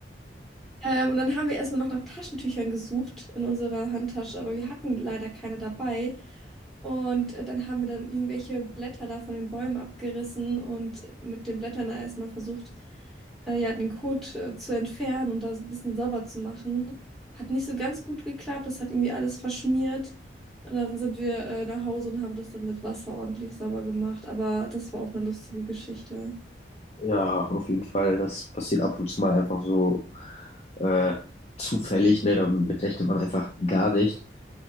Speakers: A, in the centre; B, on the left.
A: Ähm, und dann haben wir erstmal noch nach Taschentüchern gesucht in unserer Handtasche, aber wir hatten leider keine dabei. Und äh, dann haben wir dann irgendwelche Blätter da von den Bäumen abgerissen und mit den Blättern da erstmal versucht, äh, ja, den Code äh, zu entfernen und das ein bisschen sauber zu machen. Hat nicht so ganz gut geklappt. Das hat irgendwie alles verschmiert. Und dann sind wir äh, nach Hause und haben das dann mit Wasser ordentlich sauber gemacht. Aber das war auch eine lustige Geschichte.
B: Ja, auf jeden Fall. Das passiert ab und zu mal einfach so äh, zufällig, ne? Damit rechnet man einfach gar nicht,